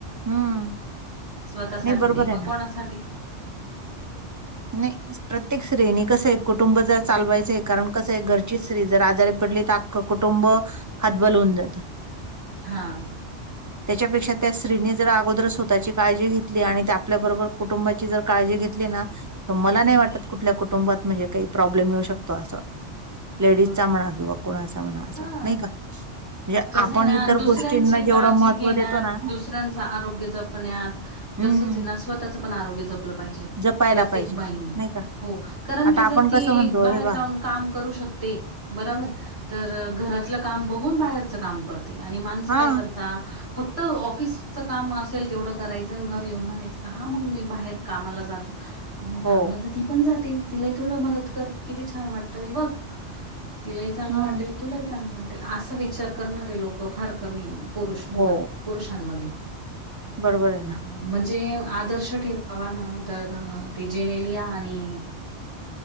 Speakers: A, on the right; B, on the right.
A: हम्म
B: स्वतःसाठी
A: बरोबर
B: नाही मग
A: आहे ना
B: कोणासाठी?
A: नाही प्रत्येक स्त्रीनी कसं आहे. कुटुंब जर चालवायचं आहे. कारण कसं आहे घरची स्त्री जर आजारी पडली? तर आख्ख कुटुंब हात बल होऊन जात.
B: हा
A: त्याच्यापेक्षा त्या स्त्रीने जर अगोदर स्वतःची काळजी घेतली. आणि त्या आपल्याबरोबर कुटुंबाची जर काळजी घेतली ना त मला
B: हम्म
A: नाही वाटत कुठल्या कुटुंबात म्हणजे काही प्रॉब्लेम येऊ शकतो. असं लेडीजचा
B: बरोबर
A: म्हणा
B: आहे.
A: कि व कोणाचा म्हणा असा
B: हा.
A: नाही का? म्हणजे
B: कसं
A: आपण
B: आहे ना
A: इतर
B: दुसऱ्यांची
A: गोष्टींना जेवढं
B: काळजी
A: महत्त्व
B: घेण्यात,
A: देतो ना
B: दुसऱ्यांच आरोग्य जपण्यात
A: हम्म
B: तसच आहे ना स्वतःचं पण आरोग्य जपलं पाहिजे.
A: जपायला
B: प्रत
A: पाहिजे
B: तेक बाई ने
A: नाही का
B: हो कारण
A: आता
B: की? ती जर
A: आपण कसं म्हणतो
B: बाहेर
A: हे
B: जाऊन
A: बा
B: काम करू शकते? बराबर तर घरातलं काम बघून बाहेरच काम कर आणि माणसं
A: हा
B: काय करता? फक्त तर ऑफिसच काम असेल तेवढं करायचं. आणि घरी येऊन म्हणायचं का? हा मग मी बाहेर कामाला जातो. मग
A: हो
B: कामाला तर ती पण जाते? तिलाही थोडं मदत कर किती छान वाटता येईल बघ? तिलाही चांगलं
A: हम्म
B: वाटत. तुला चांगल वाटेल. असा विचार करणारे लोक फार कमी पुरुष पुरुषांमध्ये
A: हो बरोबर आहे ना
B: हम् हम <inaudible> म्हणजे आदर्श ठेवावा ना तर ते जेनेलिया आणि